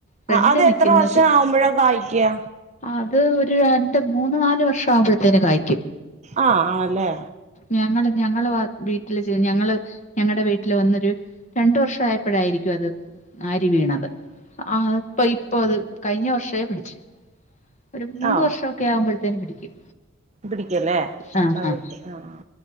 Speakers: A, on the left; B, on the right.
A: ഫ്രണ്ട്
B: ആഹ് അത്
A: നിൽക്കുന്നത്
B: എത്ര വർഷം ആവുമ്പഴാ കായ്ക്കാ?
A: അത് ഒര്, രണ്ട്, മൂന്ന് നാല് വർഷം ആവുമ്പോഴ്ത്തേനും കാഴ്ക്കും
B: ആഹ് ആണല്ലേ.
A: ഞങ്ങള് ഞങ്ങള് വാ വീട്ടില് ചെയ്യും ഞങ്ങള് ഞങ്ങടെ വീട്ടില് വന്നൊരു രണ്ടു വർഷ ആഴപ്പളായിരിക്കും അത് ആര് വീണത് ആഹ് ഇപ്പ, ഇപ്പൊ അത് കഴിഞ്ഞ വർഷേ പിടിച്ച് ഒര് മൂന്ന്
B: ആഹ്
A: വർഷം ഒക്കെ ആവുമ്പഴ്ത്തേനും പിടിക്കും.
B: പിടിക്കല്ലേ
A: ആ
B: <unintelligible> അഹ്
A: ആ
B: ആഹ്